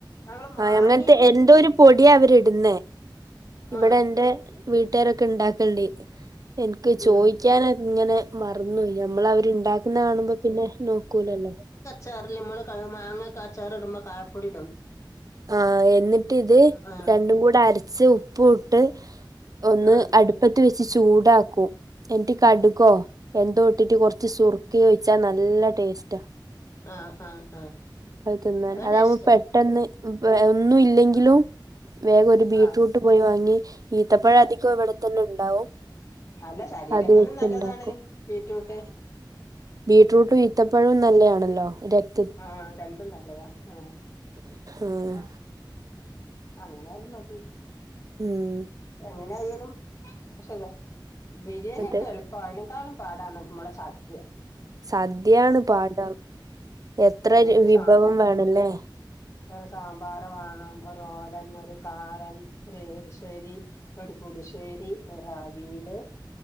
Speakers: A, on the left (about 40°); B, on the right (about 50°).
A: ഞങ്ങള് മാങ്ങേം
B: ആഹ് അങ്ങനത്തെ എന്തോ ഒരു പൊടിയാ അവരിടുന്നേ. ഇവിടെ
A: ആ
B: എൻ്റെ വീട്ടുകാരൊക്കെ ഉണ്ടാക്കലിണ്ട് എനിക്ക് ചോദിക്കാന്
A: ഉം
B: ഇങ്ങനെ മറന്നുപോയി. ഞമ്മള് അവര് ഉണ്ടാ ക്കുന്ന കാണുമ്പോ പിന്നെ നോക്കൂലല്ലോ.
A: ചേറിലമ്മള് മാങ്ങൊക്കെ അച്ചാറിടുമ്പോ കായപ്പൊടി ഇടും.
B: ആഹ് എന്നിട്ട് ഇത്
A: ആ
B: രണ്ടും കൂടെ അരച്ച് ഉപ്പും ഇട്ട് ഒന്ന്
A: ആ
B: അടുപ്പത്ത് വെച്ച് ചൂടാക്കും. എന്നിട്ട്കടുകോ എന്തോ ഇട്ടിട്ട് കുറച്ച് സുറുക്കിയേം ഉഴിച്ചാ നല്ല ടേസ്റ്റാ.
A: ആ ആ ആ
B: ഇപ്പ തിന്നാൻ.
A: അത്
B: അതാവുമ്പോ
A: ടേസ്റ്റാ
B: പെട്ടെന്ന് അപ്പെ ഒന്നും ഇല്ലെങ്കിലും
A: ഉം
B: വേഗം ഒരു ബീട്രൂട്ട്
A: ആഹ്
B: പോയി വാങ്ങി ഈത്തപ്പഴം അധികം ഇവിടെത്തന്നെ ഉണ്ടാവും.
A: അല്ല ശരീരത്തിനും
B: അത് വെച്ചുണ്ടാക്കും
A: നല്ലതാണ് ബീട്രൂട്ട്.
B: ബീട്രൂട്ടും ഇത്തപ്പഴവും നല്ലതാണല്ലോ. രക്
A: ആഹ് രണ്ടും നല്ലതാ. ആഹ്
B: ആഹ്
A: ആ അങ്ങനായാലും മതി.
B: ഉം
A: എങ്ങനെ ആയാലും പക്ഷേ ബിരിയാണി
B: അതെ
A: ഒക്കെ എളു ഇപ്പ അയനേക്കാളും പാടാണ് നമ്മളെ സദൃ.
B: സദ്യ ആ ണ് പാട്. എത്ര
A: ആഹ് ഒരു
B: വിഭവം
A: സാമ്പാർ
B: വേണല്ലേ.
A: ഒരു സാമ്പാർ വാണം ഒരു ഓലൻ, ഒരു കാളൻ, ഒരു എരിശ്ശേരി ഒരു പുളിശ്ശേരി, ഒരു അവിയല്